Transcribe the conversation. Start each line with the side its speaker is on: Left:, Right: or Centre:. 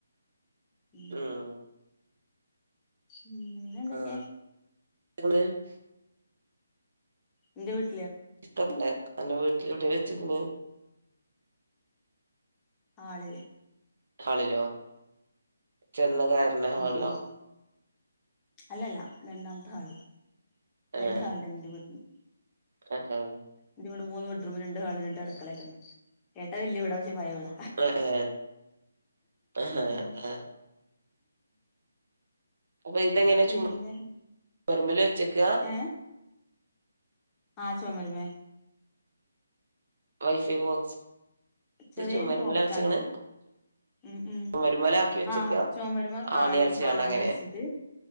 Left: ഉം
Right: ആഹ
Left: പിന്നെ എന്തൊക്കെയാ
Right: ആ ബൈക്ക്
Left: എന്റെ വീട്ടിൽ
Right: ഇഷ്ടം ഉണ്ട് അന്റെ വീട്ടിൽ എവിടെയാ വെച്ച്ക്കണേ
Left: ആളില്
Right: ഹാളിലോ ചെന്ന് കറുന്ന ഹാളിലോ
Left: ഉം ഉം അല്ലല്ല രണ്ടാമത്തെ ഹാള്ൽ രണ്ട്
Right: ഏ
Left: ഹാള്ണ്ട് ന്റെ വീട്ന്
Right: ആഹ് ആഹ്
Left: ന്റെ വീട് മൂന്ന് ബെഡ് റൂമ് ല്ണ്ട് ഹാൾല് ണ്ട് അടക്കളേണ്ട് കേട്ട വല്ല്യ വീടാ പക്ഷേ പയേവീടാ
Right: അ ആ അഹാ
Left: ഉം
Right: ഹ അപ്പൊ ഇതെങ്ങനെ
Left: പിന്നെ
Right: ചുമ പൊരമ്മല് വെച്ചക്കാ
Left: ഏ ആ ചൊമര്മ്മെ
Right: വൈഫൈ ബോക്സ്
Left: ചെറ്യേരു
Right: ചുമരുമ്മലാ
Left: ബോക്സാണ്
Right: വെച്ച്ക്ക്ണ്
Left: ഉം ഉം
Right: ചുമരുമ്മലാക്കി വെച്ചക്കാ
Left: ആഹ് ചൊമര്മ്മെ
Right: ആണിയാര്ച്ചാണ്ട്
Left: ആണി ആണി
Right: അങ്ങനെ
Left: വെച്ചിട്ട്